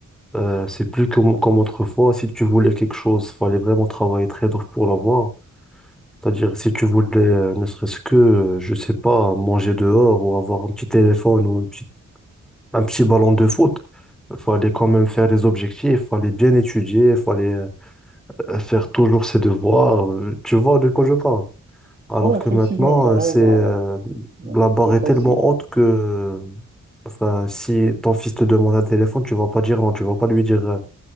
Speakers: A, in the centre; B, on the right (about 35°).
A: euh, c'est plus comme, comme autrefois. Si tu voulais quelque chose, fallait vraiment travailler très dur pour l'avoir. C'est-à-dire, si tu voulais, euh, ne serait-ce que, euh, je sais pas, manger dehors ou avoir un petit téléphone ou un petit, un petit ballon de foot, fallait quand même faire des objectifs, fallait bien étudier, fallait euh, faire toujours ses devoirs. Euh, Tu vois de quoi je parle? Alors
B: Ouais, effectivement,
A: que maintenant,
B: t'as raison,
A: euh, c'est euh,
B: alors, Ouais,
A: la barre
B: c'était
A: est
B: facile.
A: tellement haute que euh, enfin, si ton fils te demande un téléphone, tu vas pas dire non, tu vas pas lui dire euh,